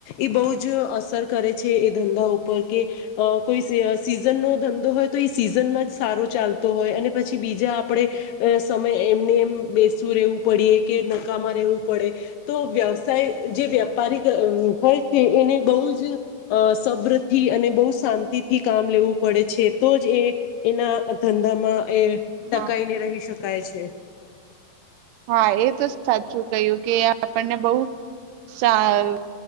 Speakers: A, on the left; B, on the right.
A: એ બઉ જ અસર કરે છે, એ ધંધા ઉપર કે અ કોઈ સીઝનનો ધંધો હોય તો ઈ સીઝનમાં જ સારો ચાલતો હોય અને પછી બીજા આપણે અ સમય એમને એમ બેસવું રહેેવું પડીએ કે નકામાં રહેવું પડે તો વ્યવસાય જે વ્યાપારી અમ્મ હોય છે એને બહુ જ અ સબ્ર થી અને બહુ શાંતિ થી કામ લેવું પડે છે, તો જ એ એના ધંધામાં એ ટકાઈને
B: હા.
A: રહી શકાય છે.
B: હા એ તો સાચું કય્યું કે આપણને બઉ સા